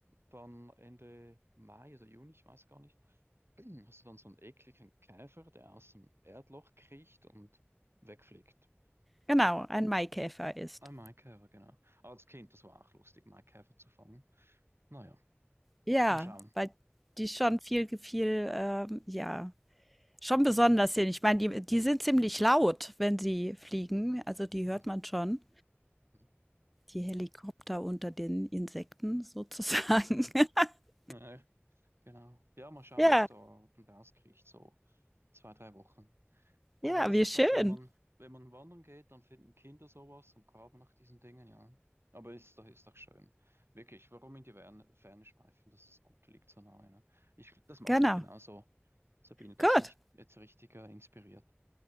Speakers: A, on the right; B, in the centre.
A: Dann Ende Mai oder Juni, ich weiß gar nicht, <clears throat> hast du dann so einen ekligen Käfer, der aus dem Erdloch kriecht und wegfliegt.
B: Genau,
A: Furchtbar.
B: ein Maikäfer ist.
A: Ein Maikäfer, genau. Als Kind, das war auch lustig, Maikäfer zu fangen. Naja,
B: Ja,
A: mal schauen.
B: weil die schon viel viel, ähm, ja, schon besonders sind. Ich meine, die die sind ziemlich laut, wenn sie fliegen, also die
A: Mhm.
B: hört man schon.
A: Mhm.
B: Die Helikopter unter den Insekten sozusagen. <laughs>
A: Äh, genau. Ja, mal schauen,
B: Ja,
A: was da unten rauskriecht so in zwei, drei Wochen. Aber
B: Ja,
A: das
B: wie
A: ist
B: schön.
A: halt, wenn man, wenn man wandern geht, dann finden Kinder sowas und graben nach diesen Dingen, ja. Aber ist doch, ist doch schön. Wirklich, warum in die Ferne, Ferne schweifen? Das ist gut, liegt so nahe, ne? Ich, das mache
B: Genau.
A: ich genauso. Sabine, da
B: Gut.
A: hast du mich jetzt richtig, äh, inspiriert.